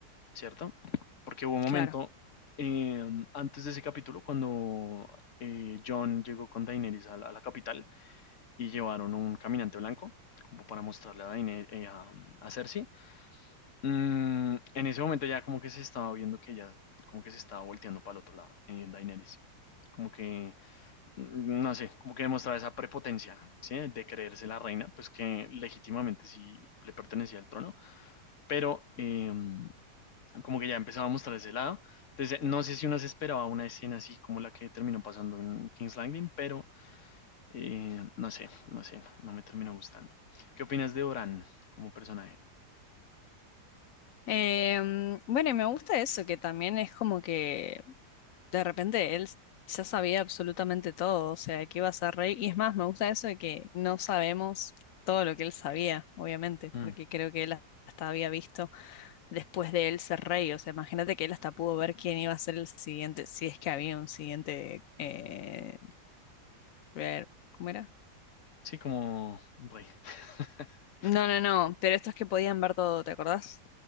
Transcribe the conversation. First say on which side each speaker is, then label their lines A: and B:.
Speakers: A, on the left; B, on the left.
A: ¿cierto? Porque hubo un momento
B: Claro.
A: eh, antes de ese capítulo cuando eh, John llegó con Daenerys a la, a la capital y llevaron un caminante blanco como para mostrarle a Daenerys, eh, a, a Cersei. Mm, en ese momento ya como que se estaba viendo que ya como que se estaba volteando para el otro lado, eh, Daenerys. Como que, mm, no sé, como que demostraba esa prepotencia, ¿sí? De creerse la reina, pues que legítimamente sí le pertenecía al trono, pero eh, como que ya empezábamos por ese lado. Entonces, no sé si uno se esperaba una escena así como la que terminó pasando en King's Landing, pero eh, no sé, no sé, no me terminó gustando. ¿Qué opinas de Oran como personaje?
B: Em, bueno, y me gusta eso, que también es como que de repente él ya sabía absolutamente todo, o sea, que iba a ser rey. Y es más, me gusta eso de que no sabemos todo lo que él sabía, obviamente,
A: Mm,
B: porque creo que él hasta había visto después de él ser rey. O sea, imagínate que él hasta pudo ver quién iba a ser el siguiente, si es que había un siguiente... Eh, ver, ¿cómo era?
A: sí, como un rey. <laughs>
B: No, no, no, pero estos que podían ver todo, ¿te acordás?